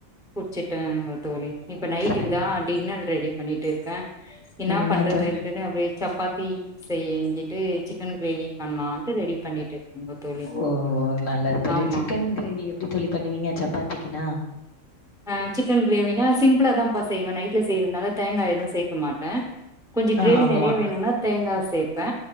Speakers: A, in the centre; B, on the left.
A: குடிச்சுட்டேன்ங்க தோழி இப்ப நைட்டுக்கு
B: சரி
A: தா டின்னர் ரெடி பண்ணிட்டு இருக்கே என்னா
B: என்ன
A: பண்றதுன்டுன்னு
B: தோ
A: அப்டியே சப்பாத்தி செஞ்சிட்டு சிக்கன் கிரேவி பண்லான்ட்டு ரெடி பண்ணிட்டு இருக்கங்க தோழி
B: ஓ நல்லத் தோழி
A: ஆமா
B: சிக்கன் கிரேவி எப்படி தோழி பண்ணுவீங்க சப்பாத்திக்கின்னா
A: ஆ சிக்கன் கிரேவினா சிம்பிளா தாம்ப்பா செய்வே நைட்ல செய்யறதுனால தேங்கா எதுவு சேக்க மாட்டே கொஞ்சோ கிரேவி
B: ஆ ஆமா.
A: நெறைய வேணும்னா தேங்காய் சேப்பே